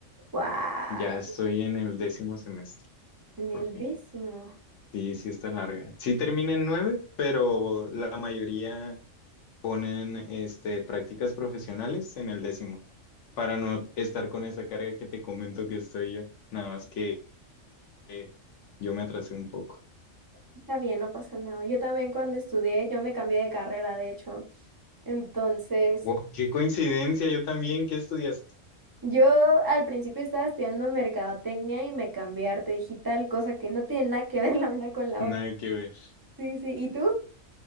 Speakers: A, on the right; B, on the left.
A: Wow,
B: Ya estoy en el décimo semestre,
A: en el
B: por fin.
A: décimo.
B: Sí, sí está larga. Sí termina en nueve, pero la mayoría ponen este, prácticas profesionales en el décimo, para no estar con esa carga que te comento que estoy yo. Nada más que eh, yo me atrasé un poco.
A: Está bien, no pasa nada. Yo también cuando estudié, yo me cambié de carrera, de hecho. Entonces,
B: Wow, qué coincidencia, yo también, ¿qué estudiaste?
A: yo al principio estaba estudiando mercadotecnia y me cambié a arte digital, cosa que no tiene nada que ver la una con la
B: Nada
A: otra.
B: que ver.
A: Sí, sí. ¿Y tú?